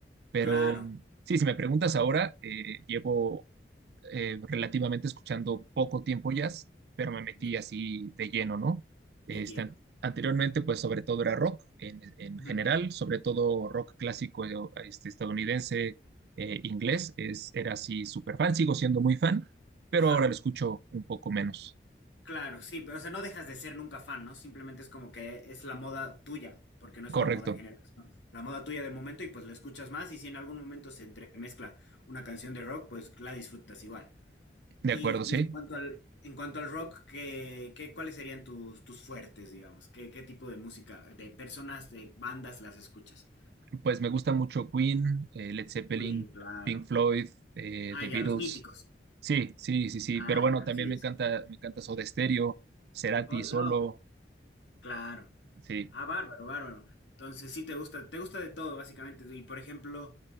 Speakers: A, on the right; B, on the left.
A: Pero
B: claro,
A: sí, si me preguntas ahora, eh, llevo eh, relativamente escuchando poco tiempo jazz, pero me metí
B: ya,
A: así de lleno, ¿no? Este,
B: de lleno.
A: an- anteriormente, pues sobre todo era rock en, en
B: Ujú.
A: general, sobre todo rock clásico eh, este, estadounidense, eh, inglés, es, era así súper fan, sigo siendo muy fan, pero
B: Ajá.
A: ahora lo escucho un poco menos.
B: Claro, sí, pero o sea, no dejas de ser nunca fan, ¿no? Simplemente es como que es la moda tuya, porque no es
A: Correcto,
B: una moda en general, sino la moda tuya del momento y pues lo escuchas más y si en algún momento se entremezcla una canción de rock, pues la disfrutas igual.
A: de
B: Y,
A: acuerdo,
B: y
A: sí.
B: en cuanto al, en cuanto al rock, ¿qué, qué- cuáles serían tus, tus fuertes, digamos? ¿Qué, qué tipo de música, de personas, de bandas las escuchas?
A: Pues me gusta mucho Queen, eh, Led Zeppelin,
B: Queen, claro.
A: Pink Floyd, eh,
B: Ah,
A: The
B: ya,
A: Beatles.
B: los míticos.
A: Sí, sí, sí, sí.
B: Ah,
A: Pero bueno,
B: ya,
A: también
B: sí,
A: me encanta,
B: sí.
A: me encanta Soda Stereo, Cerati
B: Oh,
A: solo.
B: oh, claro.
A: Sí,
B: Ah, bárbaro, bárbaro. Entonces sí te gusta, te gusta de todo, básicamente. Y por ejemplo,